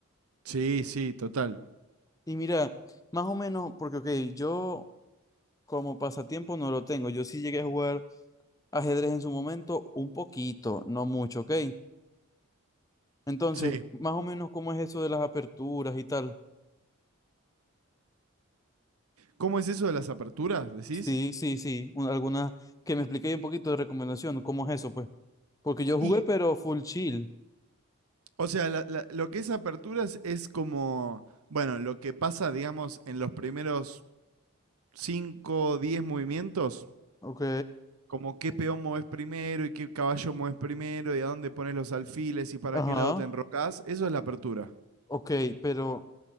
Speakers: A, on the right; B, on the left.
A: Sí, sí, total.
B: Y mira, más o menos, porque, ok, yo como pasatiempo no lo tengo. Yo sí llegué a jugar Ajedrez en su momento, un poquito, no mucho, ¿ok? Entonces,
A: Sí.
B: más o menos, ¿cómo es eso de las aperturas y tal?
A: ¿Cómo es eso de las aperturas, decís?
B: Sí, sí, sí, un- alguna que me explique un poquito de recomendación, ¿cómo es eso, pues? Porque yo jugué,
A: Y
B: pero full chill.
A: O sea, la- la- lo que es aperturas es como, bueno, lo que pasa, digamos, en los primeros 5 o 10 movimientos,
B: Ok.
A: como qué peón moves primero y qué caballo moves primero y a dónde pones los alfiles y para
B: Ajá,
A: qué lado te enrocas, eso es la apertura.
B: ok, pero